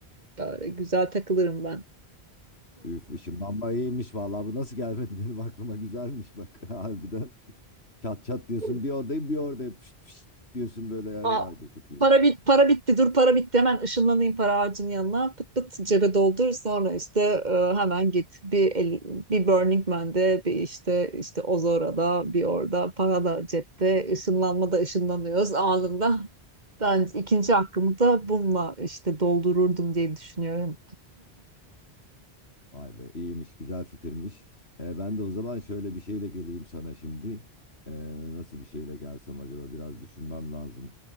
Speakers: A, on the right (about 45°); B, on the left (about 75°).
A: Böyle güzel takılırım ben.
B: Üf, ışınlanma iyiymiş vallahi bu nasıl gelmedi benim aklıma güzelmiş bak <laughs> harbiden. Çat çat diyorsun
A: <laughs>
B: bir oradayım bir oradayım fışt fışt diyorsun böyle yani
A: Aa,
B: vay be çok iyiymiş.
A: para bit para bitti dur para bitti hemen ışınlanayım para ağacının yanına pıt pıt cebe doldur sonra işte e, hemen git bir el- bir Burning Man'de bir işte işte Ozora'da bir orada para da cepte ışınlanma da ışınlanıyoruz anında ben ikinci hakkımı da bununla işte doldururdum diye düşünüyorum.
B: Vay be iyiymiş güzel fikirmiş. Ee, ben de o zaman şöyle bir şeyle geleyim sana şimdi. Ee, nasıl bir şeyle gelsem acaba biraz düşünmem lazım.